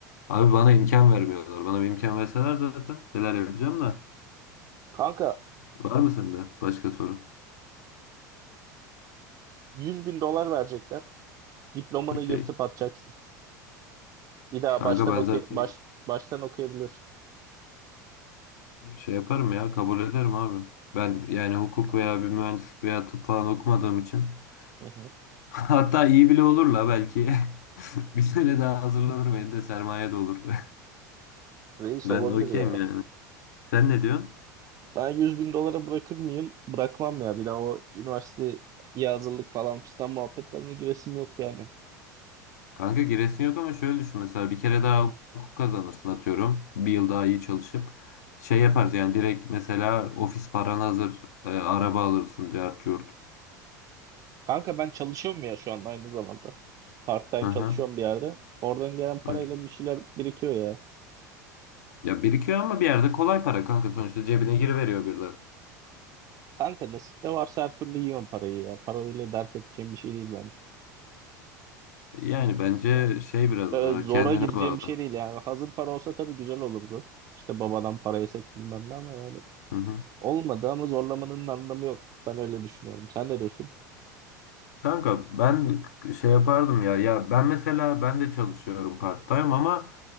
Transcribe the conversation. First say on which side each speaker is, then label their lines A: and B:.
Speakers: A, on the left; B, on the right.
A: Abi bana imkan vermiyorlar. Bana bir imkan verseler zaten neler yapacağım da.
B: Kanka
A: Var mı sende başka soru?
B: 100 bin dolar verecekler. Diplomanı
A: Okey.
B: yırtıp atacaksın. Bir daha
A: Kanka
B: baştan
A: ben
B: oku
A: zaten
B: baş, baştan okuyabiliyorsun.
A: şey yaparım ya. Kabul ederim abi. Ben yani hukuk veya bir mühendislik veya tıp falan okumadığım için.
B: Hı hı.
A: <laughs> Hatta iyi bile olur la belki. <laughs> Bir sene daha hazırlanırım. Elimde sermaye de olur. <laughs>
B: Reis
A: Ben
B: olabilir
A: okeyim
B: ya.
A: yani. Sen ne diyorsun?
B: Ben 100 bin dolara bırakır mıyım? Bırakmam ya. Bir daha o üniversiteye hazırlık falan fistan muhabbetlerine giresim yok yani.
A: Kanka giresin yok ama şöyle düşün mesela bir kere daha hukuk kazanırsın atıyorum. Bir yıl daha iyi çalışıp şey yaparız yani direkt mesela ofis paran hazır e, araba alırsın cart curt.
B: Kanka ben çalışıyorum ya şu an aynı zamanda. Part time
A: Aha,
B: çalışıyorum bir yerde. Oradan gelen parayla
A: okey.
B: bir şeyler birikiyor ya.
A: Ya birikiyor ama bir yerde kolay para kanka sonuçta cebine giriveriyor birden.
B: Kanka nasipte varsa her türlü yiyorum parayı ya. Parayla dert edeceğim bir şey değil bence.
A: Yani bence
B: Ya
A: şey biraz
B: böyle
A: daha
B: zora
A: kendine
B: gireceğim
A: bağlı.
B: bir şey değil yani. Hazır para olsa tabii güzel olurdu. İşte babadan para yesek bilmem ne ama yani.
A: Hı hı.
B: Olmadı ama zorlamanın anlamı yok. Ben öyle düşünüyorum. Sen ne diyorsun?
A: Kanka ben şey yapardım ya. Ya ben mesela ben de çalışıyorum part-time ama